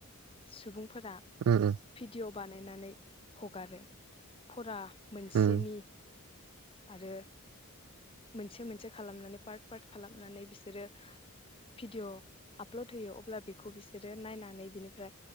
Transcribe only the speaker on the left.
सुबुं फोरा
भिडिअ बानाय नानै हगारो फुरा मोनसेनि
आरो मोनसे मोनसे खालामनानै पार्ट पार्ट खालामनानै बिसोरो भिडिअ आपलड होयो अब्ला बेखौ बिसोरो नायनानै बिनिफ्राय